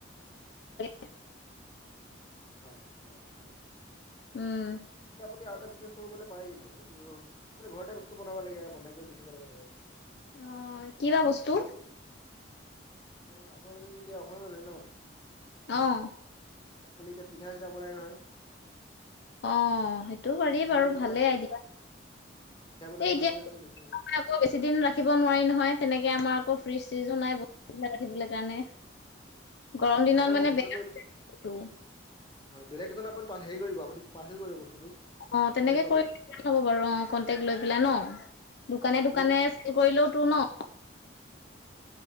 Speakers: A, on the left; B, on the left.
A: <unintelligible>
B: হয় হয় ভাল <unintelligible>
A: উম
B: সি আৰু এটা বিজনেচ কৰিবলে পাৰে কিন্তু সটো মানে ঘৰতে বস্তু বনাব লাগে বনাই কৰি বেচিব লাগে ধৰক
A: অহ কিবা
B: আপুনি
A: বস্তু?
B: হয় মানে আপোনালোকে এতিয়া অসমীয়া মানুহৰ ন
A: অহ
B: ধৰক আপোনি এতিয়া পিঠা চিঠা বনাই নহয়
A: অহ সেইটো কৰিই
B: পিঠা
A: বাৰু
B: বনাই কেনে
A: ভালেই আই দিয়া
B: পিঠা বনাই
A: এই
B: কেনে
A: এতিয়া
B: আপোনালোকে বেচিব পাৰে।
A: আকৌ বেছি দিন ৰাখিব নোৱাৰি নহয় তেনেকে আমাৰ আকৌ ফ্ৰিজ চিজো নাই বস্তু বিলাক ৰাখিবলৈ কাৰণে গৰম
B: হয়
A: দিনত
B: আপোনালোকে
A: মানে
B: সহযোগ
A: বেয়া
B: কৰিব
A: হৈ যায় বস্তু
B: হয় বেলেগ দোকান আপোনি হেৰি কৰিব আপুনি পাৰ্চেল কৰিব বস্তুটো
A: অহ তেনেকে
B: কণ্টেক্ট ল'ব।
A: কৰি হব বাৰু অহ কণ্টেক্ট লৈ পেলাই ন দোকানে
B: হয় আপুনি
A: দোকানে চেল কৰিলেও তো ন
B: হয় হয়